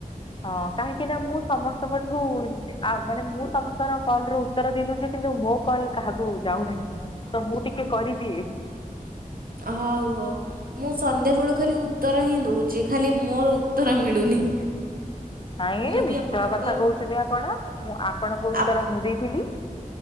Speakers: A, on the left; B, on the right.
A: ହଁ କାହିଁକି ନା ମୁଁ ସମସ୍ତଙ୍କଠୁ ଆ ମାନେ ମୁଁ ସମସ୍ତ ଙ୍କର କଲ ର ଉତ୍ତର ଦେଇ ଦଉଛି କିନ୍ତୁ ମୋ କଲ୍ କାହାକୁ ଯାଉନାହିଁ ତ ମୁଁ ଟିକେ କରିଦିଏ।
B: ହଉ ହଉ। ମୁଁ ସନ୍ଧ୍ୟାବେଳୁ ଖାଲି ଉତ୍ତର ହିଁ ଦଉଛି ଖାଲି ମୋର ଉତ୍ତର ମିଳୁନି।
A: ନାଇଁ
B: ମୁଁ ବି
A: ମିଛ
B: ଆପଣଙ୍କ
A: କଥା କହୁଛନ୍ତି ଆପଣ ମୁଁ ଆପଣଙ୍କ ଉତ୍ତର
B: ଆପ୍
A: ମୁଁ ଦେଇଥିଲି।